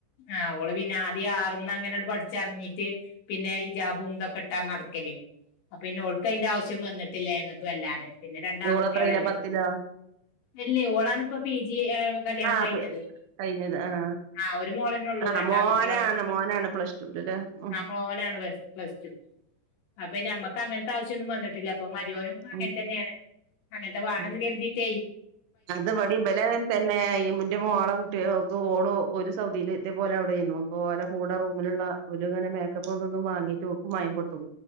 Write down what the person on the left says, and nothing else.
ആ ഓള് പിന്നെ ആദ്യം ആറ്ന്ന് അങ്ങനെ പഠിച്ചിറങ്ങീട്ട് പിന്നെ ഹിജാബും തൊക്കെ ഇട്ടാ നട <unintelligible> അപ്പൊ പിന്നെ ഓൾക്കയിന്റെ ആവശ്യം വന്നിട്ടില്ല ഞങ്ങൾക്ക് വല്ലാതെ പിന്നെ രണ്ട് ആൺകുട്ടികളല്ലേ
അല്ലേ ഓളാണിപ്പം പി ജി കല്യാണം
കഴിഞ്ഞത്
ആ മോളനള്ളൂ
രണ്ടാംകുട്ടികളും
ആ മോനാണ് പ്ലസ് ടു അപ്പൊ പിന്നെ അമ്മക്കാണെ അങ്ങനത്തെ ആവശ്യംന്നും വന്നിട്ടില്ല അപ്പ മരോനും അങ്ങനെ
തന്നെയാണ് അങ്ങനത്തെ വാണന്ന്
കരുതിയിട്ടേ